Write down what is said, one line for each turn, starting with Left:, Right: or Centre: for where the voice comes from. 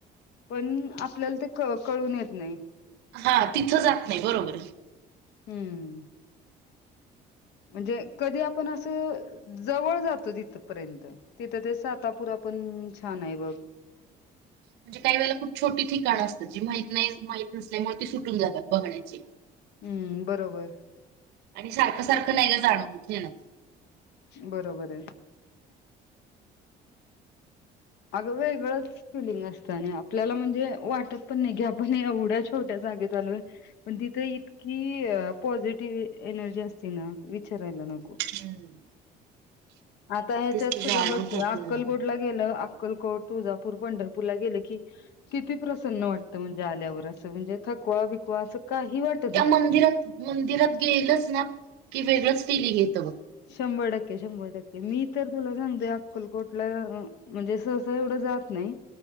Left: पण आपल्याला ते क कळून येत नाही.
Right: हा तिथं जात नाही बरोबर.
Left: हम्म. म्हणजे कधी आपण असं जवळ जातो तिथपर्यंत. तिथं ते सातापुरा पण छान आहे बघ.
Right: म्हणजे काही वेळेला खूप छोटी ठिकाण असतात जी माहीत नाही माहित नसल्यामुळे ती सुटून जातात बघण्याची.
Left: हम्म बरोबर
Right: आणि सारखं सारखं नाही गं जाण होत येन
Left: बरोबर आहे. आगं वेगळंच फलिंग असत आणि आपल्याला म्हणजे वाटत पण नाही की आपण एवढ्या छोट्या जागेत आलोय. पण तिथं इतकी पॉझिटिव्ह एनर्जी असती ना विचारायला नको
Right: हम्म,
Left: आता ह्याच्यात
Right: तेच ते
Left: सुद्धा
Right: जाणवत
Left: बघ की
Right: आपल्याला
Left: अक्कलकोटला
Right: तर.
Left: गेलं आ अक्कलकोट तुळजापूर पंढरपूर ला गेले की किती प्रसन्न वाटतं म्हणजे आल्यावर असं म्हणजे थकवा बिकवा असं काही वाट
Right: त्या मंदिरात मंदिरात गेलच ना की वेगळंच फिलिंग येतं बघ
Left: शंभर टक्के शंभर टक्के मी तर तुला सांगतोय अक्कलकोटला म्हणजे सहसा एवढं जात नाही